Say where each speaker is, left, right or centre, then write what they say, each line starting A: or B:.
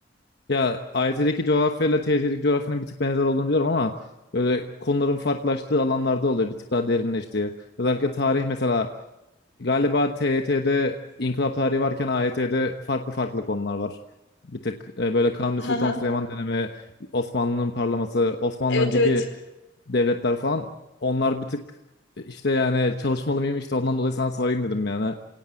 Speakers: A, on the left (about 55°); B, on the left (about 80°).
A: Ya AYT'deki coğrafyayla TYT'deki coğrafyanın bir tık benzer olduğunu biliyorum ama böyle konuların farklılaştığı alanlarda oluyor. Bir tık daha derinleştiği. Özellikle tarih mesela galiba TYT'de inkılap tarihi varken AYT'de farklı farklı konular var. Bir tık e, böyle Kanuni
B: Hı
A: Sultan
B: hı.
A: Süleyman dönemi, Osmanlı'nın parlaması, Osmanlı
B: Evet
A: önceki
B: evet.
A: devletler falan onlar bir tık işte yani çalışmalı mıyım işte ondan dolayı sana sorayım dedim yani.